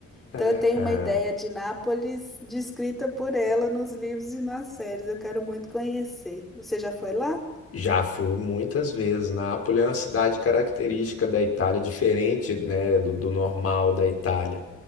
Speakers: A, on the left; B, in the centre.
A: ah,
B: Então, eu tenho uma ideia de Nápoles descrita por ela nos livros e nas séries. Eu quero muito conhecer. Você já foi lá?
A: já fui muitas vezes. Nápoles é uma cidade característica da Itália, diferente, né, do, do normal da Itália.